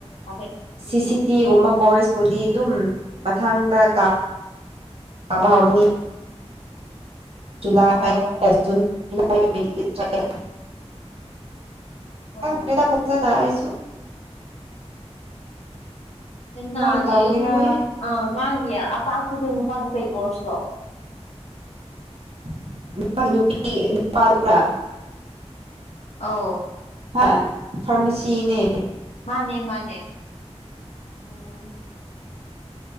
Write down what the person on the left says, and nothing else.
ꯑꯗꯩ
ꯑꯣ
ꯑꯣ
ꯌꯥꯝ
ꯅꯥꯗꯦ
ꯑꯩꯁꯨ ꯃꯣꯏ ꯑꯥ ꯃꯥꯒꯤ ꯑꯄꯥꯛꯄꯗ‌ꯣ ꯅꯨꯄꯥꯗ‌ꯣ ꯀꯩ ꯀꯣꯔꯁꯂꯣ
ꯑꯧ
ꯃꯥꯅꯦ ꯃꯥꯅꯦ ꯎꯝ